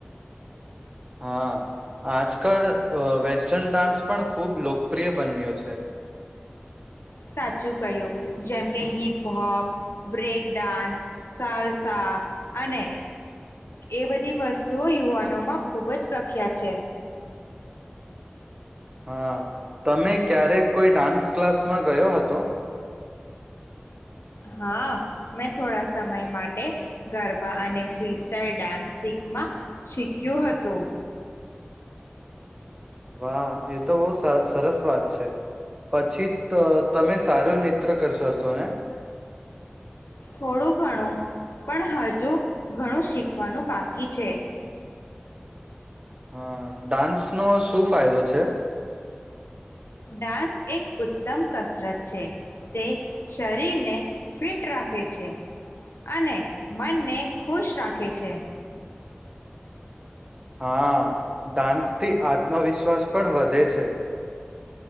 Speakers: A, on the right; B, on the left.
A: હા આજકાલ વેસ્ટર્ન ડાન્સ પણ ખૂબ લોકપ્રિય બન્યો છે.
B: સાચું કહ્યું જેમ કે હિપહોપ બ્રેક ડાન્સ સાલસા અને એ બધી વસ્તુઓ યુવાનોમાં ખુબ જ પ્રખ્યાત છે.
A: હા તમે ક્યારેક કોઈ ડાન્સ ક્લાસમાં ગયો હતો.
B: હા મેં થોડા સમય માટે ગરબા અને ફ્રી સ્ટાઈલ ડાન્સ શીખમાં શીખ્યું હતું.
A: વાહ. એ તો બહુ સા સરસ વાત છે. પછી તો તમે સારો નેત્ર્ કરશો. છો ને
B: થોડું ઘણું. પણ હજુ ઘણું શીખવાનું બાકી છે.
A: હ ડાન્સ નો શુંફ. ફાયદો છે.
B: ડાન્સ એક ઉત્તમ કસરત છે તે શરીરને ફિટ રાખે છે અને મનને ખુશ રાખે છે.
A: હા ડાન્સથી આત્મવિશ્વાસ પણ વધે છે.